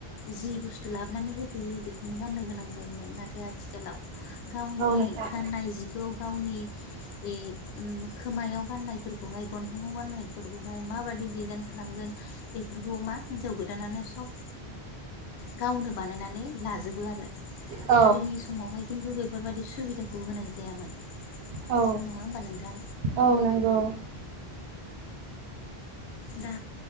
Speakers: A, on the left; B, on the right.
A: जि बुस्थु लाबोनानै होफैयो बेखौनो गाननो गोनां जायोमोन नाथाय आथिखालाव गावनि
B: नोंथां
A: गाननाय जिखौ गावनि ए ओ खोमायाव गाननायफोरखौहाय गन्थंवा गाननायफोरखौहाय माबायदि डिजाइन खालामगोन बेफोरखौ मा हिनजाव गोदानानो सब गावनो बानायनानै लाजोबो आरो <inaudible>
B: औ
A: गोदोनि समावहाय खिन्थु बेफो बेफोरबादि सुबिदाखौ होनाय जायामोन।
B: औ
A: नङा होमबा नोंथां
B: औ नंगौ <inaudible>
A: दा